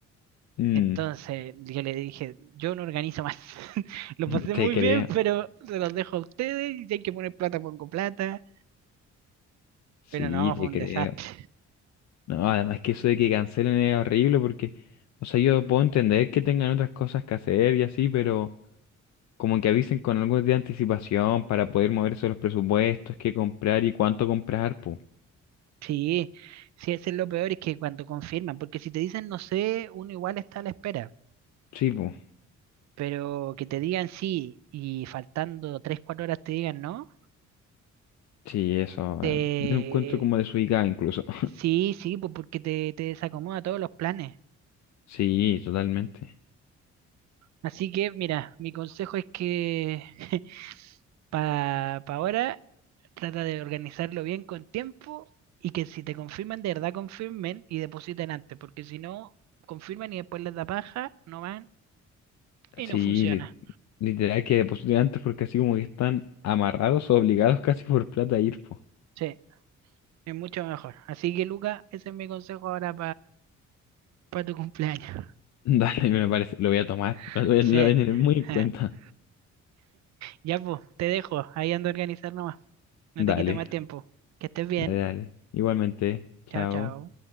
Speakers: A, on the left; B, on the right.
A: Mm,
B: Entonces yo le dije, yo no organizo más. <laughs> Lo
A: <laughs>
B: pasé
A: te
B: muy
A: creo,
B: bien, pero se los dejo a ustedes y si hay que poner plata, pongo plata.
A: sí,
B: Pero no, fue
A: te
B: un
A: creo.
B: desastre.
A: No, además que eso de que cancelen es horrible porque, o sea, yo puedo entender que tengan otras cosas que hacer y así, pero como que avisen con algo de anticipación para poder moverse los presupuestos, qué comprar y cuánto comprar, pues.
B: Sí, sí, eso es lo peor, es que cuando confirman, porque si te dicen no sé, uno igual está a la espera.
A: Sí, pues.
B: Pero que te digan sí y faltando tres cuatro horas te digan no,
A: Sí, eso.
B: te...
A: eh, Yo lo encuentro como desubicado incluso. <laughs>
B: sí, sí, pues porque te, te desacomoda todos los planes.
A: Sí, totalmente.
B: Así que, mira, mi consejo es que <laughs> para ahora trata de organizarlo bien con tiempo y que si te confirman, de verdad confirmen y depositen antes, porque si no, confirman y después les da paja, no van y
A: Sí,
B: no funciona.
A: li- literal que depositen antes porque así como que están amarrados o obligados casi por plata a ir, po.
B: Sí, es mucho mejor. Así que, Luca, ese es mi consejo ahora para tu cumpleaños.
A: <laughs> Dale, me parece, lo voy a tomar,
B: <laughs>
A: lo voy
B: Sí.
A: a, lo voy a tener muy
B: <laughs>
A: en cuenta.
B: Ya, pues, te dejo. Ahí ando a organizar nomás. No
A: Dale,
B: te quito más tiempo. Que estés bien.
A: dale, dale. Igualmente, chao.
B: Chao, chao.